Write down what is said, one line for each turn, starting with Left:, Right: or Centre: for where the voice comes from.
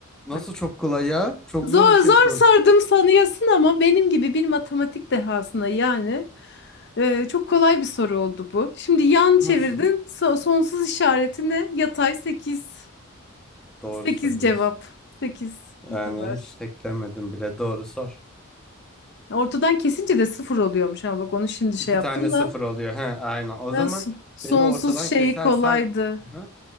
Centre: Nasıl
Left: Bak.
Centre: çok kolay ya? Çok
Left: Zor
Centre: zor bir şey
Left: zor
Centre: sordum.
Left: sordum sanıyorsun ama benim gibi bir matematik dehasına yani e, çok kolay bir soru oldu bu. Şimdi yan
Centre: Nasıl?
Left: çevirdin. So- sonsuz işareti ne? Yatay sekiz
Centre: Doğru
Left: 8
Centre: söylüyorsun.
Left: cevap. sekiz
Centre: Yani
Left: bu kadar.
Centre: hiç teklemedim bile. Doğru sor.
Left: Ortadan kesince de sıfır oluyormuş ama bak onu şimdi şey
Centre: İki
Left: yaptım
Centre: tane sıfır
Left: da.
Centre: oluyor. He, aynen. O
Left: Ya,
Centre: zaman
Left: so- sonsuz
Centre: beni ortadan
Left: şeyi
Centre: kesersen
Left: kolaydı.
Centre: Hı hı.